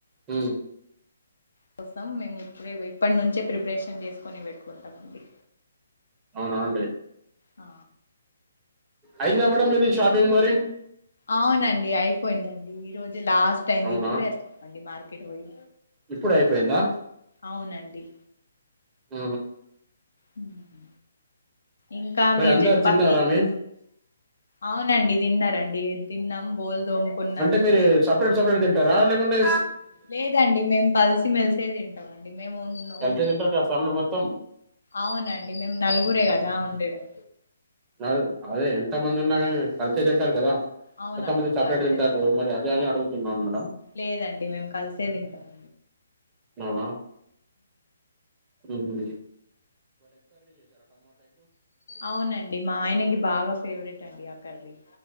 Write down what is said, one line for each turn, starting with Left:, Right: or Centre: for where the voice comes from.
Right: అ
Left: కోసం మేము ఇప్పుడే ఇప్పటి నుంచే ప్రిపరేషన్ చేసుకొని పెట్టుకుంటామండి
Right: అవునా అండి
Left: ఆ
Right: వెంద మేడమ్ మీది షాపిింగ్ మరి
Left: అవునండి అయిపోయిందండి ఈ రోజు లాస్ట్ అయింది
Right: అవునా
Left: ఇప్పుడే వచ్చామండి మార్ కిట పోయి
Right: ఇప్పుడు అయిపోయిందా
Left: అవునండి
Right: హ
Left: హ ఇంకా
Right: మరి
Left: మీరు
Right: అందరు
Left: చెప్పాలి
Right: తిన్నారా
Left: ఏ
Right: మీ
Left: అవునండి తిన్నారండి ఏం తిన్నం బోల్ దోముకున్నారు
Right: అంటే మీరూ సపరేట్ పెడు తింటరా రాకుండే
Left: లేదండి మేమ్ కలిసి మెల్సే తింటామ మేము ఉన్నవును
Right: కలిసే తింటారు కదా ఫ్యామిలీ మొత్తం
Left: అవునండి మేము నలుగురే కదా ఉండడం
Right: అ అదే ఎంత మంది ఉన్నా కాని కలిసే తింటారు కదా
Left: అవునండి
Right: కొంతమంది సపరేట్
Left: కలిసేది
Right: తింటారు మరి అదే అని అడుగుతున్నాను మేడం
Left: లేదండి మేము కలిసే తింటామ్
Right: నవునా ఉహు
Left: అవునండి మా ఆయనకి బాగా ఫేవ్రెట్ అండి కర్రీ